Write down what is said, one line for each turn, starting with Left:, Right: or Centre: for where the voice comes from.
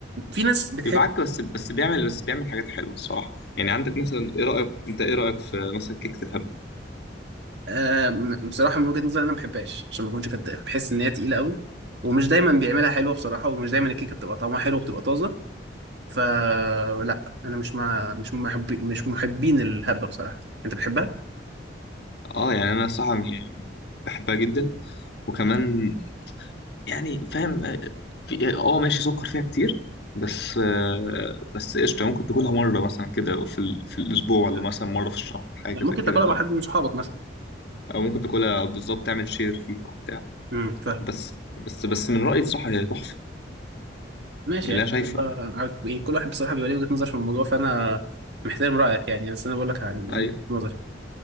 Right: في ناس بتحب
Left: بيبعك بس بس بيعمل بس بيعمل حاجات حلوه الصراحه يعني عندك مثلا ايه رايك انت ايه رايك في مثلا كيكه الهبه
Right: آه بصراحه من وجهه نظري انا ما بحبهاش عشان ما اكونش كداب بحس ان هي تقيله قوي ومش دايما بيعملها حلوه بصراحه ومش دايما الكيكه بتبقى طعمها حلو وبتبقى طازه فلا انا مش مع مش من محبي مش من محبين الهبه بصراحه انت بتحبها
Left: اه يعني انا الصراحه يعني بحبها جدا وكمان يعني فاهم آه، في اه آه، ماشي سكر فيها كتير بس آه، بس قشطه ممكن تاكلها مره مثلا كده في ال... في الاسبوع ولا
Right: مم.
Left: مثلا مره في الشهر حاجه
Right: ممكن
Left: زي كده
Right: تاكلها
Left: فاهم؟
Right: مع حد من صحابك مثلا
Left: او ممكن تاكلها بالظبط تعمل شير فيها وبتاع
Right: امم فاهم
Left: بس بس بس من رايي الصراحه هي تحفه
Right: ماشي
Left: يعني
Right: يعني
Left: لا شايفه
Right: آه، عارف إيه، كل واحد بصراحة بيبقى ليه وجهة نظر في الموضوع فأنا محترم رأيك يعني بس أنا بقول لك عن وجهة
Left: ايوه
Right: نظري